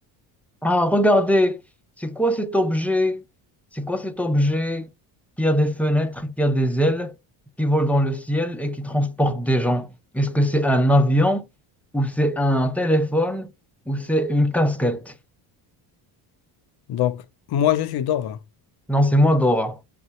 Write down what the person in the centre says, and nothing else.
Ah, regardez, c'est quoi cet objet? C'est quoi cet objet qui a des fenêtres, qui a des ailes, qui vole dans le ciel et qui transporte des gens? Est-ce que c'est un avion ou c'est un téléphone ou c'est une casquette?
Non, c'est moi, Dora.